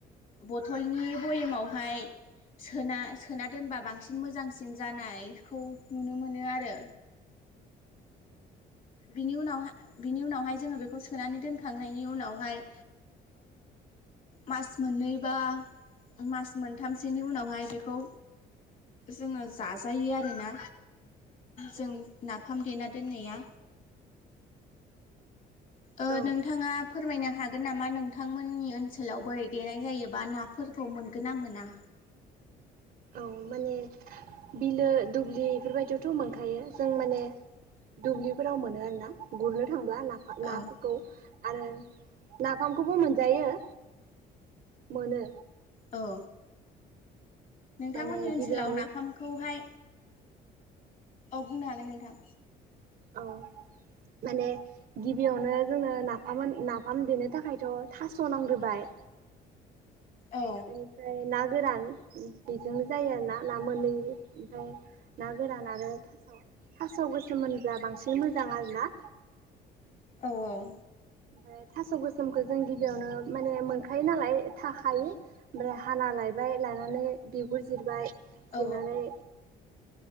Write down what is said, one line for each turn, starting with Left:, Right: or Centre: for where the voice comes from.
Left: बथलनि भयमावहाय सोना सोना दोनबा बांसिन मोजांसिन जानायखौ नुनो मोनो आरो बिनि उनाव बिनि उनावहाय जोङो बेखौ सोनानै दोनखांनायनि उनावहाय मास मोननै बा मास मोनथामसोनि उनावहाय बेखौ जोङो जाजायो आरोना
Right: औ
Left: जों नाफाम देना दोननाया ओ
Right: औ
Left: नोंथाङा फोरमायनो हागोन नामा नोंथांमोननि ओनसोलाव बोरै देनाय जायोबा नाफोरखौ मोनगोन ना मोना
Right: औ माने बिलो दुब्लि बेफोरबायदियावथ' मोनखायो जों माने दुब्लिफोराव मोनो आरोना गुरनो थांब्ला <unintelligible> नाफोरखौ
Left: औ
Right: आरो नाफामखौबो मोनजायो मोनो
Left: औ नोंथांमोननि
Right: माने
Left: ओनसोलाव
Right: गिबियावनो
Left: नाफामखौहाय औ बुंनो हागोन नोंथां
Right: औ माने गिबियावनो जोनो नाफाम नाफाम देनो थाखायथ' थास' नांग्रोबाय
Left: औ
Right: ओमफ्राय ना गोरान बेजोंनो जायो आरोना ना मोनै ओमफ्राय ना गोरान आरो थास' थास' गोसोम मोनब्ला बांसिन मोजां आरोना
Left: औ औ
Right: ओमफ्राय थास' गोसोमखौ जों गिबियावनो माने मोनखायो नालाय थाखायो ओमफ्राय हाना लायबाय लानानै बिगुर जिरबाय जिरनानै
Left: औ